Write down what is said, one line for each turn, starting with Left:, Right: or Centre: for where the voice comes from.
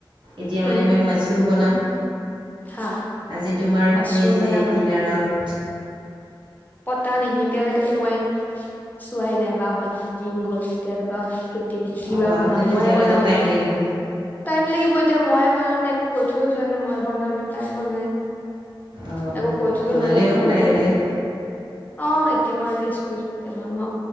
Right: এতিয়া মানে
Left: উম
Right: মই মাছৰুম বনাম।
Left: হা
Right: আজি তোমাৰ
Left: মাছৰুম
Right: কি আছে
Left: বনাবা
Right: দিনাৰত?
Left: পতা নেহি এতিয়ালৈকেেতো মই চোৱাই নাই বাহত জিম গ'ল তেতিয় তপা কিবা
Right: অঁ আহোঁতে
Left: বনাও
Right: তেতিয়াহ'লেতো
Left: মইে বনাও
Right: টাইম
Left: ন
Right: লাগিব
Left: টাইম লাগিব। এতিয়া মইে বনাও ন একো কৈ থৈও যোৱা নাই মই বনাও ন তাই বনাই।
Right: অঁ
Left: আকৌ কৈ থৈ
Right: বনালেই
Left: নগ'লে
Right: হ'ল
Left: ফোনটো
Right: লাহে লাহে
Left: অ'। তে মই ৰেষ্ট কৰিছো তে বনোৱা।